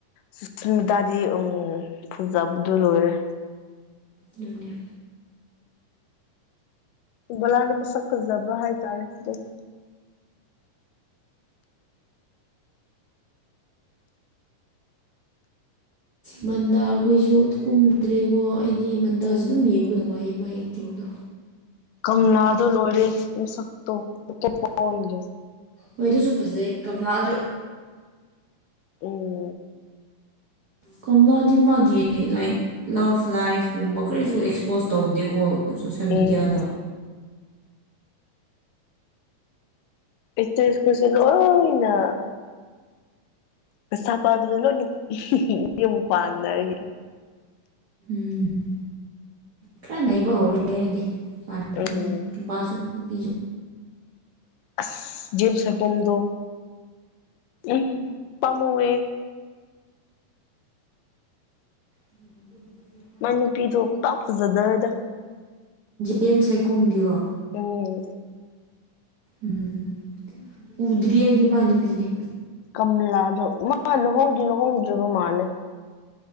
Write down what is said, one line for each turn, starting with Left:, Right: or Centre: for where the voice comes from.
Left: ꯁꯨꯁꯃꯤꯇꯥꯗꯤ ꯎꯝ ꯐꯖꯕꯗꯨ ꯂꯣꯏꯔꯦ
Right: ꯗꯨꯅꯦ
Left: ꯕꯂꯥꯅ ꯃꯁꯛ ꯐꯖꯕ ꯍꯥꯏꯇꯥꯔꯦ ꯗꯨꯝ
Right: ꯃꯟꯗꯥ ꯈꯣꯏꯁꯨ ꯀꯨꯝꯗ꯭ꯔꯦꯀꯣ ꯑꯩꯗꯤ ꯃꯟꯗꯥꯁꯨ
Left: ꯎꯝ
Right: ꯑꯗꯨꯝ ꯌꯦꯡꯕ ꯅꯨꯡꯉꯥꯏꯌꯦ ꯃꯥꯏ ꯇꯤꯡꯗꯨ
Left: ꯀꯃꯂꯥꯗꯣ ꯂꯣꯔꯦ ꯃꯁꯛꯇꯣ ꯑꯗꯣ ꯄꯝꯗꯔ꯭ꯦ
Right: ꯃꯣꯏꯗꯨꯁꯨ ꯐꯖꯩ ꯀꯝꯂꯥꯁꯨ
Left: ꯎꯝ
Right: ꯀꯝꯂꯗꯤ ꯃꯒꯤ ꯂꯩ ꯂꯐ ꯂꯥꯏꯐꯀꯨꯝꯕ ꯀꯔꯤꯁꯨ ꯑꯦꯛꯁꯄꯣꯖ ꯇꯧꯗꯦꯀꯣ ꯁꯣꯁꯦꯜ
Left: ꯎꯝ
Right: ꯃꯦꯗꯤꯌꯥꯗ
Left: ꯑꯇꯔ꯭ꯦꯁ ꯈꯣꯏꯁꯤ ꯂꯣꯏꯅ ꯄꯩꯁꯥ ꯄꯥꯏꯕꯗꯥ ꯂꯣꯏꯅ ꯌꯨꯝ ꯄꯥꯟꯅꯩ
Right: ꯎꯝ ꯈꯔ ꯅꯩꯕ ꯍꯧꯔꯛꯔꯗꯤ ꯄꯥꯟꯈꯔ꯭
Left: ꯎꯝ
Right: ꯅꯤ ꯅꯨꯄꯥꯁꯨ ꯅꯨꯄꯤꯁꯨ
Left: ꯑꯁ ꯖꯦꯝ ꯁꯥꯏꯈꯣꯝ ꯗꯣ ꯎꯝ ꯄꯥꯃꯨꯏꯌꯦ
Right: ꯎꯝꯗ
Left: ꯃꯥꯏ ꯅꯨꯨꯄꯤꯗꯣ ꯄꯥꯛ ꯐꯖꯗꯔꯦꯗ
Right: ꯖꯦꯝ ꯁꯥꯏꯀꯣꯝꯒꯤꯔꯣ
Left: ꯎꯝ
Right: ꯎꯝ ꯎꯗ꯭ꯔꯤ ꯑꯩꯗꯤ ꯏꯃꯥ ꯅꯨꯄꯤꯅꯦ
Left: ꯀꯝꯂꯥꯗꯣ ꯃꯥ ꯂꯨꯍꯣꯡꯗꯤ ꯂꯨꯍꯣꯡꯗ꯭ꯔꯤꯕ ꯃꯥꯜꯂꯦ